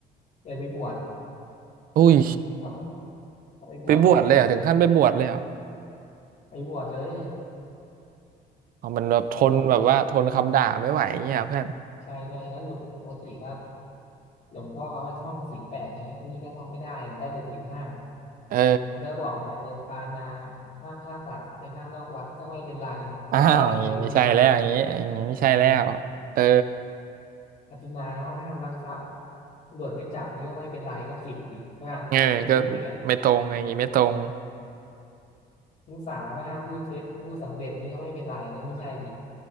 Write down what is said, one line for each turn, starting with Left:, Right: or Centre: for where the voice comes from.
Left: เลยไปบวช
Right: อุ้ย
Left: เขาเขาไปบวชแบบเฮ้ย
Right: ไปบวชเลยเหรอ่ะถึงขั้นไปบวชเลยเหรอ่ะ
Left: ไปบวชเลย
Right: อ๋อมันแบบทนแบบว่าทนคำด่าไม่ไหวอย่างเงี้ยเพื่อน
Left: แล้วแบบใช่ใช่แล้วหลวงปกติก็หลวงพ่อเขาให้ท่องศีลแปดไงอันนี้ก็ท่องไม่ได้ได้แต่ศีลห้า
Right: เออ
Left: มันก็บอกเนี่ยอะไรปานาห้ามฆ่าสัตว์ไปฆ่านอกวัดก็ไม่เป็นไร
Right: อ้าวอย่างงี้ไม่ใช่แล้วอย่างงี้อย่างงี้ไม่ใช่แล้วเออ
Left: หลวงพ่อก็ตีไปทีหนึ่งอธินาว่าห้ามลักทรัพย์ ตำรวจไม่จับนี่ก็ไม่เป็นไรก็ผิดอีกนะไม่ถูกอีกอ่ะ
Right: เออก็ไม่ตรงอย่างงี้ไม่ตรง
Left: ผู้สาว่าห้ามพูดเท็จผู้สำเร็จนี่ก็ไม่เป็นไรก็ไม่ใช่อีก